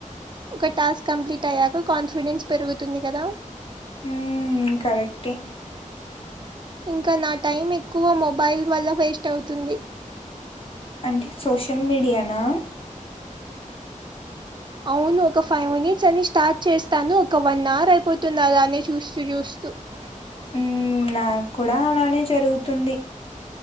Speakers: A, on the right; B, on the left.
A: ఒక టాస్క్ కంప్లీట్ అయ్యాక కాన్ఫిడెన్స్ పెరుగుతుంది కదా
B: ఉమ్ కరెక్టే
A: ఇంకా నా టైం ఎక్కువ మొబైల్ వల్ల వేస్ట్ అవుతుంది
B: అంటే సోషల్ మీడియానా
A: అవును ఒక ఫైవ్ మినిట్స్ అని స్టార్ట్ చేస్తాను ఒక వన్ అవర్ అయిపోతుంది అలానే చూస్తూ చూస్తూ చూ
B: మ్ నాకు కూడా అలానే జరుగుతుంది